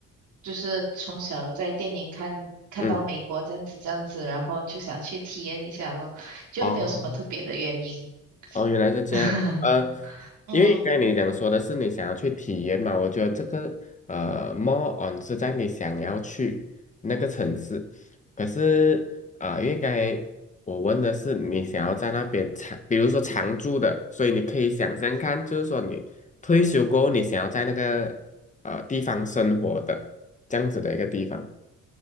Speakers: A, on the right (about 75°); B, on the left (about 25°).
A: 就是从小在电影看看到美国这样子这样子，
B: 嗯？
A: 然后就想去体验一下咯，就没有什么特别的原因。
B: 哦哦，原来是这样。
A: <laughs>
B: 呃，
A: 嗯，
B: 因为刚才你讲说的是你想要去体验嘛，我觉得这个呃，more on 是在你想要去那个城市，可是啊、呃因为刚才我问的是你想要在那边长，比如说常住的，所以你可以想象看，就是说你退休过后，你想要在那个呃地方生活的这样子的一个地方。